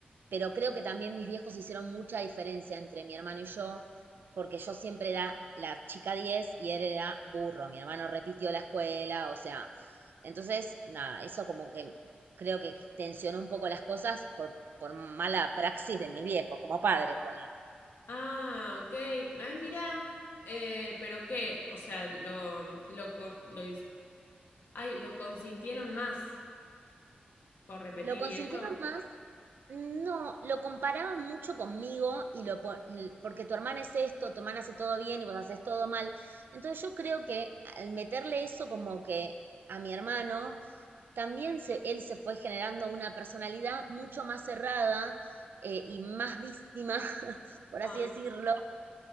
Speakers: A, on the right; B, on the left.
A: pero creo que también mis viejos hicieron mucha diferencia entre mi hermano y yo, porque yo siempre era la chica 10 y él era burro, mi hermano repitió la escuela, o sea, entonces, nada, eso como que creo que tensionó un poco las cosas por, por mala praxis de mis viejos, como padres, ponele.
B: Ah, ok. Ay, mira. Eh, pero qué, o sea, lo, lo, co- lo, Ay, lo consintieron más por repetir
A: Lo consintieron
B: y eso.
A: más No, lo comparaba mucho conmigo y lo po- y- porque tu hermana es esto, tu hermana hace todo bien y vos haces todo mal. Entonces yo creo que al meterle eso como que a mi hermano, también se, él se fue generando una personalidad mucho más cerrada eh, y más víctima, <laughs> por
B: Ay,
A: así decirlo,